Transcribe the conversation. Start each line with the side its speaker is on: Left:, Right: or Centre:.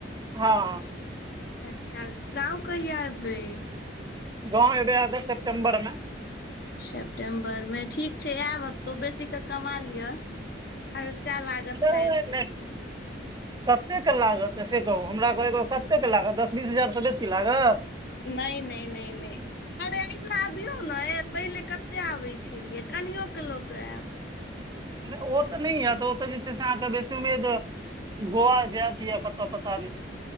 Right: हँ हँ
Left: अच्छा गाँव कहिया एबै
Right: गाँव एबै अगस्त सेप्टे्बर मे
Left: सेप्टेम्बर मे ठीक छै आयब एतहु बेसीे कऽ कमा लिअ खर्चा लागत
Right: नहि
Left: साइर सब
Right: नहि
Left: पर
Right: कतेक लागत से कहू हमरा कहु कतेक लागत दस बीस हजारसँ बेसी लागत
Left: नहि नहि नहि नहि अरे अना अबियौ नऽ पहिले कतेक आबै छलियै कनियोके लऽ कऽ आयब
Right: नहि ओ तऽ नहि एत ओतऽ जे छै से अहाँके बेसी उम्मीद गोआ जायत या कतऽ पता नहि